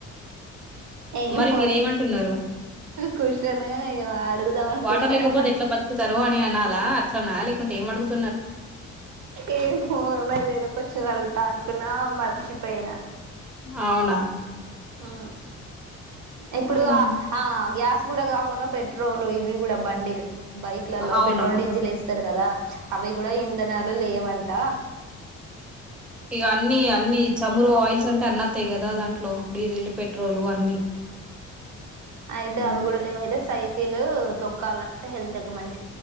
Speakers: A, on the right (about 70°); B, in the centre.
A: ఏం
B: మరి
A: వండిన
B: మీరేమంటున్నారు
A: క్వశ్చన్ ఏమో అడుగుదాం అనుకున్నా
B: వాటర్
A: కానీ
B: లేకపోతే
A: మర్చి
B: ఎట్లా బతుకుతారు అని అనాలా అట్లనా లేకుంటే ఏం అడుగుతు
A: ఏమో మరి ఏదో క్వశ్చన్ అడుగుతా అనుకున్నా మర్చిపోయినా
B: అవునా
A: ఆ ఇప్పుడు
B: ఆహా.
A: ఆ ఆ గ్యాస్ కూడా కాకుండా పెట్రోల్ ఇవి కూడా బండిలు బైక్లలో
B: అవును
A: పెట్రోల్ డీజిల్ వేస్ సరు కదా అవి కూడా ఇంధనాలు లేవంట
B: ఇక అన్ని అన్ని చమురు ఆయిల్స్ అంటే అన్నత్తాయి కదా దాంట్లో డీజిల్ పెట్రోల్ అన్ని
A: అయితే
B: ఉమ్,
A: అవి కూడా అయితే సైత్ కిలు తొక్కాలంటే హెల్త్ కు మంచి